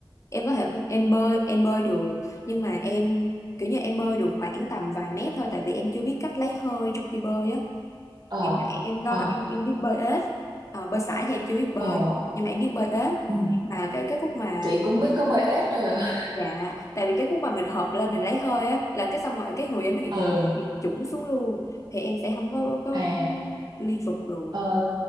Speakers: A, on the left; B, on the right.
A: em có thể em bơi em bơi được nhưng mà em kiểu như em bơi được khoảng tầm vài mét thôi tại vì em chưa biết cách lấy hơi trong khi bơi á
B: Ờ,
A: nghĩa là em có
B: ờ,
A: em em biết bơi ếch Ờ, bơi sải thì em chưa biết bơi
B: ờ.
A: nhưng mà em biết bơi ếch
B: Ừ.
A: và cái cái khúc mà
B: Chị cũng biết có bơi ếch rồi. <laughs>
A: dạ tại vì cái khúc mà mình hợp lên mình lấy hơi á là cái xong rồi cái người em nó bị
B: Ừ.
A: bị chủng xuống luôn thì em sẽ không có có,
B: À,
A: có liên tục được
B: ờ,